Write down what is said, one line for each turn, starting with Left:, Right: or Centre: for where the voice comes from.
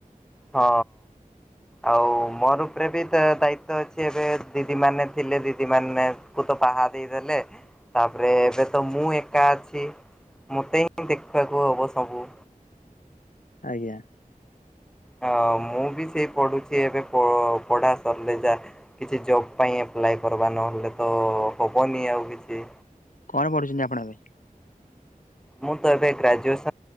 Centre: ହଁ। ଆଉ ମୋର ଉପରେ ବି ତ ଦାୟିତ୍ଵ ଅଛି ଏବେ ଦିଦି ମାନେ ଥିଲେ ଦି ମାନେ କୁ ତ ବାହା ଦେଇଦେଲେ ତାପରେ ଏବେ ତ ମୁଁ ଏକା ଅଛି। ମୋତେ ହିଁ ଦେଖିବାକୁ ହେବ ସବୁ।
Left: ଆଜ୍ଞା।
Centre: ହ ମୁଁ ବି ସେଇ ପଢୁଛି ଏବେ ପଢ଼ା ସରିଲେ ଯା କିଛି ଜବ୍ ପାଇଁ ଆପ୍ଲାଏ କରବା ନହେଲେ ତ ହେବନି ଆଉ କିଛି।
Left: କଣ ପଢୁଛନ୍ତି ଆପଣ ଏବେ?
Centre: ମୁଁ ତ ଏବେ ଗ୍ରାଜୁଏସ